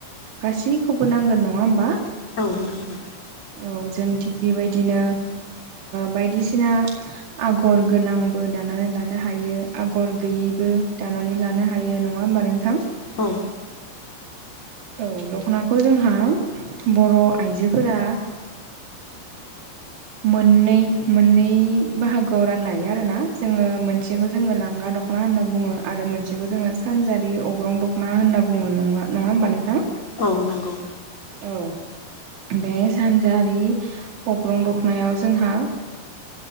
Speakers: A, on the right; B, on the left.
A: गासैखौबो नांगोन नङा होमबा?
B: औ नंगौ।
A: औ जों थिं बेबायदिनो बायदिसिना आगर गोनांबो दानानै लानो हायो। आगर गैयैबो दानानै लानो हायो नङा होमबा नोंथां?
B: औ।
A: औ दख'नाखौ जोंहा बर' आइजोफोरा मोननै मोननै बाहागोआव राननाय आरो ना जोङो मोनसेखौ जोङो लांगा दख दख'ना होनना बुङो आरो मोनसेखौ जोङो सानजारि अग्रं दख'ना होनना बुङो नङा होमबा नोंथां?
B: औ नंगौ।
A: औ। बे सानजारि अग्रं दखनायाव जोंहा